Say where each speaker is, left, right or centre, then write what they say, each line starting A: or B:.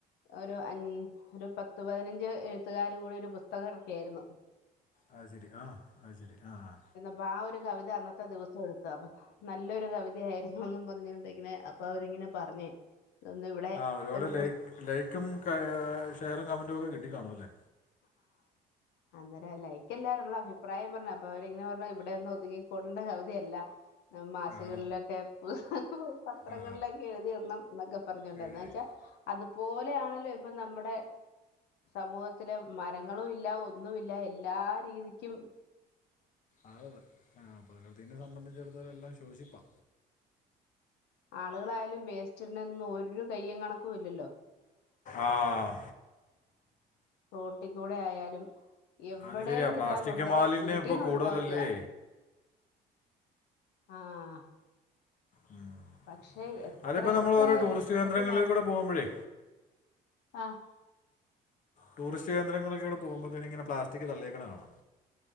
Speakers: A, on the left (about 75°); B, on the left (about 50°).
A: ഒരു അഞ് ഒരു പത്തു പതിനഞ്ച് എഴുത്തുകാർ കൂടി ഒരു പുസ്തകം എറക്കിയാരുന്നു.
B: അഹ് ശരി ആഹ് അഹ് ശരി ആഹ്
A: അപ്പ ആ ഒരു കവിത അന്നത്തെ ദിവസം എടുത്തു അപ്പൊ നല്ലൊരു കവിതയായിരുന്നൂന്നും പറഞ്ഞോണ്ട് ഇങ്ങനെ അപ്പൊ അവരിങ്ങനെ പറഞ്ഞേ ഒന്ന് ഇവിടെ
B: ആഹ് ഒരുപാട്
A: ഒരു
B: ലൈക്
A: പുസ്ത
B: ലൈക്കും ഷെയറും കമൻറും ഒക്കെ കിട്ടി കാണുല്ലേ
A: അന്നേരം ലൈക്കല്ല നമ്മളഭിപ്രായം പറഞ്ഞ അപ്പൊ അവരിങ്ങനെ പറഞ്ഞ ഇവിടെന്നും ഒതുകിക്കൂടേണ്ട കവിതയല്ല. മാസികളിലൊക്കെ
B: ആ
A: പത്രങ്ങളിലൊക്കെ
B: ആ
A: എഴുതിയിടണം എന്നൊക്കെ പറഞ്ഞോണ്ടായിന്നച്ചാ
B: എഴുതി
A: അതുപോലെയാണല്ലോ ഇപ്പൊ നമ്മുടെ സമൂഹത്തിലെ മരം ങ്ങളും ഇല്ല ഒന്നുമില്ല എല്ലാ രീതിക്കും.
B: അത അതെ പ്രകൃതിനെ സംബന്ധിച്ചിെടുത്തോള എല്ലാം ശോഷിപ്പാ.
A: ആളുകളായാലും വേസ്റ്റ്ടണന്നും ഒരു കയ്യും കണക്കും ഇല്ലല്ലോ.
B: ആഹ്
A: റോട്ടി കൂടെ ആയാലും എവിടെന്നില്ല
B: അത് ശരിയാ പ്ലാസ്റ്റിക്
A: കൊണ്ടേ
B: മാലിന്യം
A: വീട്ടിന്ന്
B: ഇപ്പോൾ കൂടുതലല്ലേ
A: ഒഴിവാക്ക. ആഹ്
B: മം
A: പക്ഷെ എത്രയൊക്കെ
B: അതിപ്പോ നമ്മൾ ഓരോ ടൂറിസ്റ്റ് കേന്ദ്രങ്ങളിലേക്കൂടെ
A: ഇത് നോ
B: പോകുമ്പഴേ
A: ആഹ്
B: ടൂറിസ്റ്റ്കേന്ദ്രങ്ങളൊക്കൂടെ പോക്ബോത്ന് ഇങ്ങനെ പ്ലാസ്റ്റിക് തള്ളേക്കണ കാണാം.